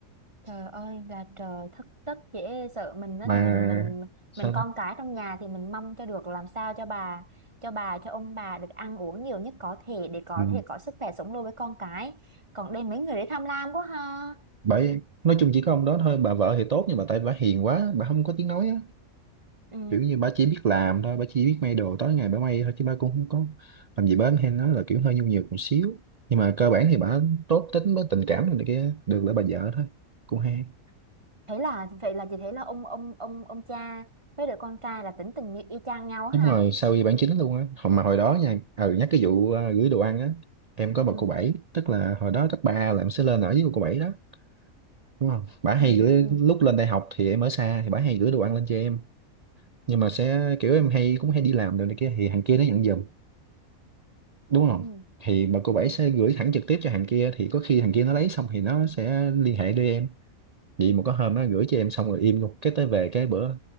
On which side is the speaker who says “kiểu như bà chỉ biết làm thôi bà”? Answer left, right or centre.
Right